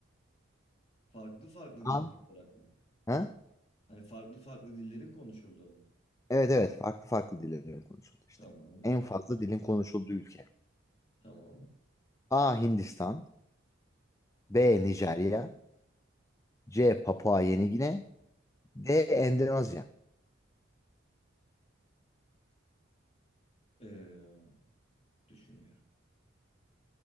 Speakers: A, on the left (about 35°); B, on the left (about 15°).
A: Farklı farklı
B: A.
A: diller bırakma.
B: Ha?
A: Hani farklı farklı dillerin konuşulduğu mu?
B: Evet evet farklı farklı dillerin konuşuldu işte.
A: Tamam
B: En fazla dilin konuşulduğu ülke.
A: tamam.
B: A. Hindistan B. Nijerya C. Papua Yeni Gine D. Endonezya.
A: Ee, düşünüyorum.